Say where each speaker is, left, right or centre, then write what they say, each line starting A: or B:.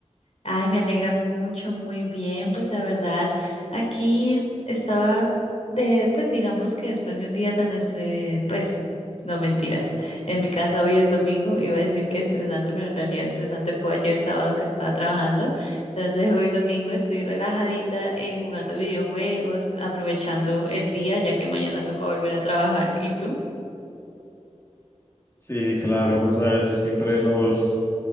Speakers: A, on the left; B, on the left.
A: Ay, me alegra mucho, muy bien. Pues la verdad, aquí estaba de, pues digamos que después de un día tan estres, pues no mentiras. En mi casa hoy es domingo, iba a decir que estresante, pero en realidad estresante fue ayer sábado que estaba trabajando. Entonces hoy domingo estoy relajadita eh, jugando videojuegos, aprovechando el día, ya que mañana toca volver a trabajar. ¿Y tú?
B: Sí, claro, tú sabes, siempre los,